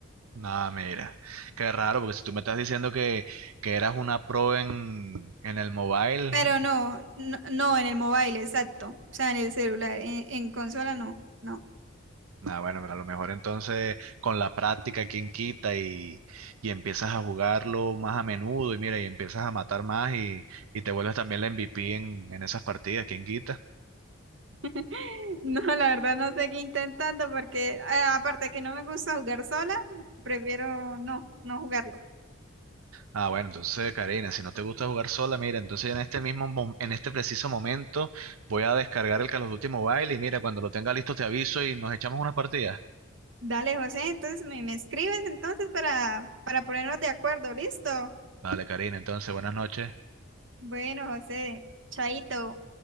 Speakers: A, on the right; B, on the right.
A: Nada, mira, qué raro, porque si tú me estás diciendo que, que eras una pro en, en el mobile,
B: Pero no, no, no, en el mobile, exacto, o sea, en el celular, en, en consola no, no.
A: nada, bueno, pero a lo mejor entonces con la práctica, quien quita y, y empiezas a jugarlo más a menudo y mira, y empiezas a matar más y, y te vuelves también la MVP en, en esas partidas, quien quita.
B: <laughs> No, la verdad no sé qué intentando porque ah, aparte que no me gusta jugar sola, prefiero no, no jugarlo.
A: Ah, bueno, entonces, Karina, si no te gusta jugar sola, mira, entonces en este mismo, mom- en este preciso momento voy a descargar el Call of Duty Mobile y mira, cuando lo tenga listo te aviso y nos echamos unas partidas.
B: Dale, José, entonces me, me escribes entonces para, para ponernos de acuerdo, ¿listo?
A: Vale, Karina, entonces, buenas noches.
B: Bueno, José, chaito.